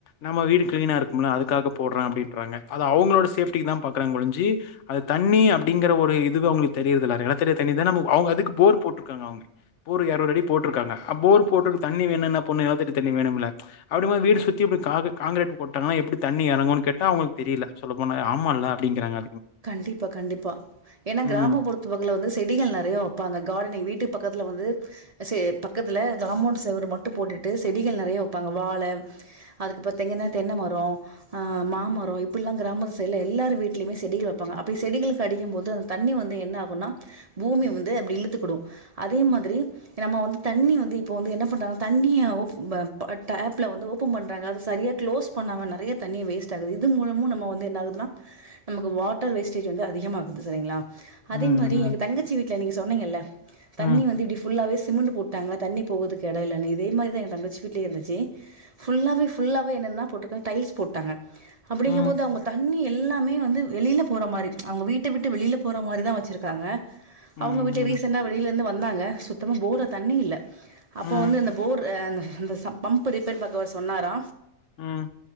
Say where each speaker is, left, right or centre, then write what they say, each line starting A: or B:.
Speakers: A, on the left; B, on the right.
A: நம்ம வீடு கிளீனா இருக்கும்ல அதுக்காக போடுற அப்டின்றாங்க அது அவங்களோட சேஃப்டிக்குதா பாக்குறாங்க ஒழிஞ்சு அது தண்ணி அப் அப்படிங்கிற ஒரு இதுவு அவங்களுக்கு தெரிறதுல்ல நெலத்தடி தண்ணிதான நம்மோ அவங்க அதுக்கு போர் போட்டுர்க்காங்க அவங்க போர் எறணுறு அடி போட்ருக்காஙக அ போர் போட்ருக்க தண்ணி வேணு என்னா பண்ணணு நெலத்தடி தண்ணி வேணும்ல அப்டிங்கும் போது வீடு சுத்தி இப்டி காக காங்கிரட் போட்டாங்கன்னா எப்டி தண்ணி எறங்குனு கேட்டா அவங்களுக்கு தெரியல சொல்லபோனா ஆமால அப்டிங்குறாங்க
B: கண்டிப்பா கண்டிப்பா ஏன்னா
A: ம்
B: கிராம பொறுத்து பகல வந்து செடிகள் நெறைய வப்பாங்க கார்டனிங் வீட்டு பக்கத்துல வந்து செ பக்கத்துல காமோண்ட் செவறு மட்டும் போட்டுட்டு செடிகள் நெறைய வப்பாங்க வாழ அதுக்கப்பறோ பாத்தீங்கன்னா தென்ன மரொ அ மாமரொ இப்டுல்லா கிராமத்து சைடுல எல்லார் வீட்லயுமே செடிகள் வப்பாங்க அப்டி செடிகளுக்கு அடிக்கம் போது அந்த தண்ணி வந்து என்ன ஆகுனா பூமி வந்து அப்டி இழுத்துக்குடு அதே மாதிரி நம்ம வந்து தண்ணி வந்து இப்ப வந்து என்ன பண்றாங்க தண்ணிய ஓப் ப அ டேப்ள வந்து ஓபம் பன்றாங்க அது சரியா குளோஸ் பண்ணாம நெறைய தண்ணிய வேஸ்ட் ஆகுது இது மூலமும் நம்ம வந்து என்ன ஆகுதுனா நமக்கு வாட்டர் வேஸ்டேஜ் வந்து அதிகமாகுது சரிங்களா
A: ம்
B: அதே மாரி
A: ம்
B: எங்க தங்கச்சி வீட்டுல நீங்க சொன்னீங்கல்ல
A: ம்
B: தண்ணி வந்து இப்டி ஃபுல்லாவே சிமெண்ட் போட்டாங்க தண்ணி போகுதுக்கு இட இல்லனு இதே மாரிதா எ தங்கச்சி வீட்லயு இருந்துச்சு ஃபுல்லாவே ஃபுல்லாவே என்னன்ன கொண்டுபோய் டைல்ஸ் போட்டாங்க
A: ம்
B: அப்டிங்கும்போது அவங்க தண்ணி எல்லாமே வந்து வெளியில போற மாரி அவங்க வீட்டை விட்டு வெளியில போற மாரிதா வச்சிருக்காங்க
A: ம்
B: அவங்க வீட்ல ரீசெண்ட்டா வெளில வந்து வந்தாங்க சுத்தமா போர்ல தண்ணியே இல்ல அப்போ
A: ம்ஹ்ம்
B: வந்து இந்த போர் எம் அந்த அந்த சம்ப பம்ப் ரிப்பேர் பாக்கவர் சொன்னாரா
A: ம்